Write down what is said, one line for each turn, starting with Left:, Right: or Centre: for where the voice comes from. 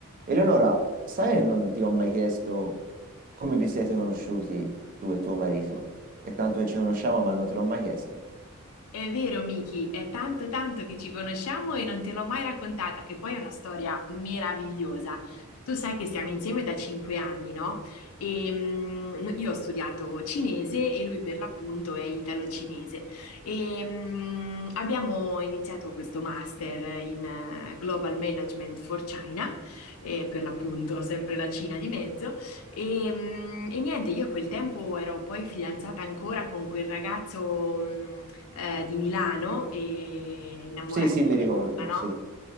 Right: Eleonora, sai che non ti ho mai chiesto come vi siete conosciuti tu e tuo marito? È tanto che ci conosciamo, ma non te l'ho mai chiesto.
Left: È vero, Miki, è tanto tanto che ci conosciamo e non te l'ho mai raccontata, che poi è una storia meravigliosa. Tu sai che stiamo insieme da cinque anni, no? E, mm, io ho studiato cinese e lui per l'appunto è italo-cinese. E, mm, abbiamo iniziato questo master in eh, Global Management for China, e per l'appunto sempre la Cina di mezzo. E, mm, e niente, io a quel tempo ero poi fidanzata ancora con quel ragazzo. mm, eh, di Milano e innamoratissima,
Right: Sì, sì, mi ricordo,
Left: no?
Right: sì.